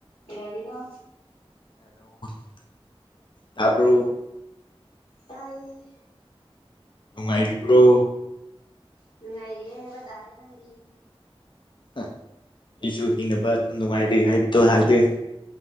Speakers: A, on the left; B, on the left.
A: ꯀꯩꯗꯧꯔꯤꯅꯣ
B: ꯑꯣ ꯇꯕ꯭ꯔꯣ
A: ꯇꯥꯏꯌꯦ
B: ꯅꯨꯡꯉꯥꯏꯔꯤꯕ꯭ꯔꯣ
A: ꯅꯨꯡꯉꯥꯏꯔꯤꯌꯦ ꯍꯥꯏꯕ ꯇꯔꯦ ꯅꯪꯗꯤ
B: ꯑꯩꯁꯨ ꯍꯤꯡꯅꯕ ꯑꯗꯨꯝ ꯅꯨꯡꯉꯥꯏꯔꯤ ꯍꯥꯏꯕꯗꯣ ꯍꯥꯏꯗꯣꯏꯅꯤ